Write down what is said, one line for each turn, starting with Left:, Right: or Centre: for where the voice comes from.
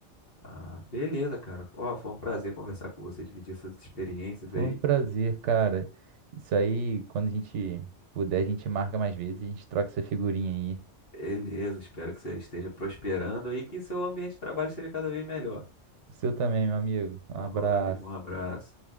Left: Ah, beleza, cara. Ó, foi um prazer conversar com você, dividir essas experiências
Right: Foi
Left: aí.
Right: um prazer, cara. Isso aí, quando a gente puder, a gente marca mais vezes, a gente troca essa figurinha aí.
Left: Beleza, espero que você esteja prosperando aí e que seu ambiente de trabalho seja cada vez melhor.
Right: O seu também, meu amigo. Um
Left: Falou,
Right: abraço.
Left: meu amigo, um abraço.